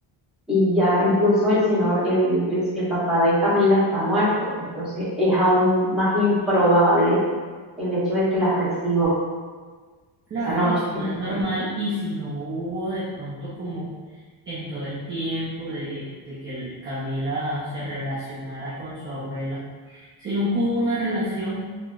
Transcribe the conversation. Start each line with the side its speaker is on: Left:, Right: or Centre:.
Centre: Y ya incluso el señor, el, el, el papá de Camila está muerto. Entonces es aún más improbable el hecho de que la reciba
Right: Claro,
Centre: esa noche,
Right: eso
Centre: ¿sí
Right: no
Centre: me entiendes?
Right: es normal y si no hubo de pronto como en todo el tiempo de, de que el Camila se relacionara con su abuela, si nunca hubo una relación